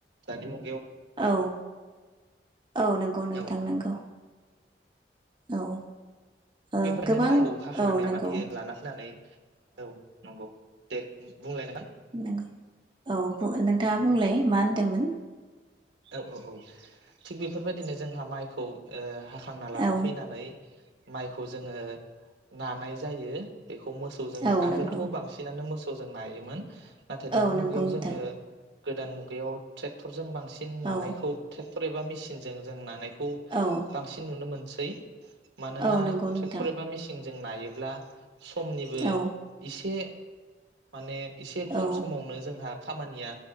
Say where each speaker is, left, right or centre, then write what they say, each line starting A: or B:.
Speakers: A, on the right; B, on the right.
A: दानि मु
B: औ औ नंगौ नोंथां
A: औ
B: नंगौ औ ओ
A: बेफोरनो
B: गोबां
A: माइखौ हाखानानै
B: औ नंगौ
A: लाना फयो लाना फैनानै औ नंगौ दे बुंलाय नोंथां
B: नंगौ औ बु नोंथाङा बुंलाय मा होनदोंमोन।
A: औ औ औ थिग बेफोरबायदिनो जोंहा माइखौ ओ खांना लाना
B: औ
A: फैनानै माइखौ जोङो नानाय जायो बे मोसौजों
B: औ
A: आगोलथ
B: नंगौ
A: बांसिनानो मोसौ थजों नायोमोन। नाथाय दानि
B: औ नंगौ
A: मुगायाव
B: नोंथां
A: जोङो गोदान मुगायाव ट्रेक्टरजों बांसिन सिन नानायखौ
B: औ
A: थे खथरैबा मेसिनजों जों नानाय खौ
B: औ
A: बांसिन नुनो मोनदों सै मानोना
B: औ नंगौ नोंथां
A: ट्रेक्टर एबा मिसिन जों नायोब्ला समनिबो
B: औ
A: इसे माने एसे खम
B: औ
A: समावनो जोंहा खामानिया